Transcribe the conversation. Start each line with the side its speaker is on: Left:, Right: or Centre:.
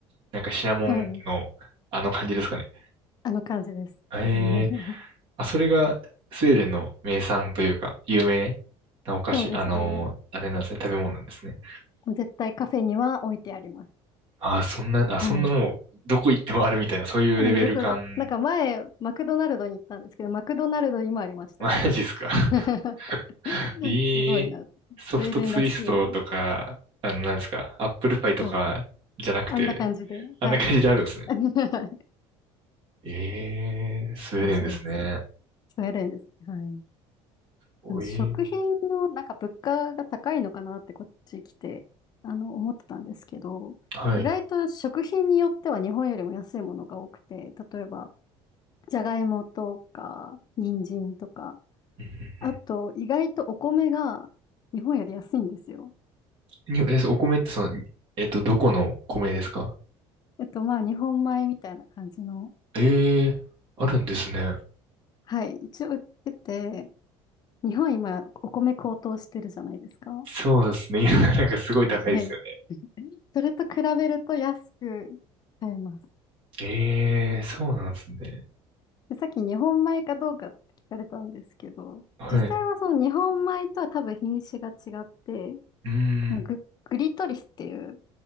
Right: なんかシナモンのあの感じですかね。
Left: 多分、あの感じです。
Right: ええ
Left: <laughs>
Right: あ、それがスウェーデンの名産というか、有名なお菓子、
Left: そうですね。
Right: あのーあれなんですね、食べ物なんですね。
Left: もう絶対カフェには置いてあります。
Right: あ、そんな、あ、そんなもう、
Left: はい。
Right: どこ行ってもあるみたいな、そういうレベル感、
Left: はい、どこ、なんか前、マクドナルドに行ったんですけど、マクドナルドにもありました。
Right: マジっすか。<laughs>
Left: <laughs>
Right: ええソフトツイストとか、
Left: すごいな。スウェーデンらしいな。
Right: あの、何ですか、アップルパイとかじゃなくて、
Left: そうそう。あんな感じで。
Right: あんな感じであるんですね。
Left: はい。<laughs>
Right: ええスウェーデンですね。
Left: 面白いです。<laughs> スウェーデンです。はい。
Right: おえー
Left: あの食品のなんか物価が高いのかなってこっち来てあの思ってたんですけど、
Right: はい。
Left: 意外と食品によっては日本よりも安いものが多くて、例えばじゃがいもとか人参とか、
Right: うんうん
Left: あと意外とお米が日本より安いんですよ。
Right: うんにえ、お米ってその、えっと、どこの米ですか
Left: えっとまあ日本米みたいな感じの、
Right: ええーあるんですね。
Left: はい、一応売ってて、日本今お米高騰してるじゃないですか。は
Right: そうですね。<laughs> 今なんかすごい高いですよね。
Left: い。それと比べると安く買えます。
Right: ええーそうなんですね。
Left: でさっき日本米かどうかって聞かれたんですけど、
Right: はい。
Left: 実際はその日本米とは多分品種が違って、
Right: うーん。
Left: このグ、グリトリスっていう